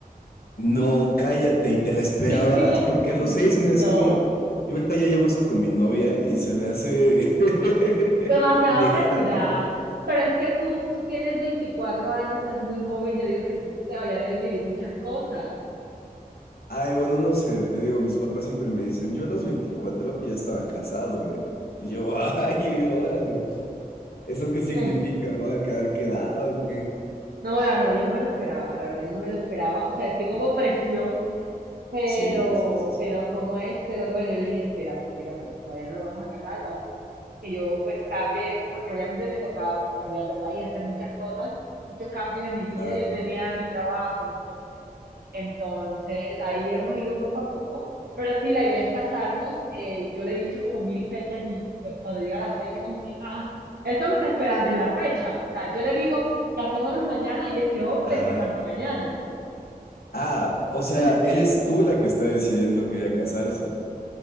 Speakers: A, on the left; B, on the right.
A: No, cállate, y te la esperabas,
B: <laughs>
A: porque a los seis meses,
B: No,
A: bueno, yo ahorita ya llevo eso con mi novia y se me hace <laughs>
B: demasiado
A: lejano.
B: apresurada. Pero es que tú, tú tienes 24 años, estás muy joven, yo digo que tú te vayas a vivir muchas cosas.
A: Ay, bueno, no sé, te digo, mis papás siempre me dicen, yo a los 24 ya estaba casado, eh. Y yo, <laughs> ay, órale, pues, ¿eso qué significa?
B: Eh,
A: ¿Me voy a quedar quedado o qué?
B: no, la verdad, yo no me lo esperaba, la verdad, yo no me lo esperaba, o sea, sentí como presión, pero,
A: Sí, sí, sí, sí,
B: pero ¿cómo es? Pero bueno, yo le dije, espérate, espérate, todavía no nos vamos a casar, vamos, que yo pues cambie, porque obviamente me tocaba pues cambiar de país, hacer muchas cosas, muchos cambios en mi vida,
A: claro.
B: yo tenía mi trabajo, mis cosas, Entonces, ahí hemos ido poco a poco, pero sí, la idea es casarnos. eh, yo le he dicho como mil fechas y pues cuando llega la fecha como que, ah, él solo está esperando en la fecha. O sea, yo le digo, casémonos mañana y ese hombre
A: Ajá.
B: se casa mañana.
A: Ah, o sea,
B: <laughs>
A: eres tú la que está decidiendo que ya casarse.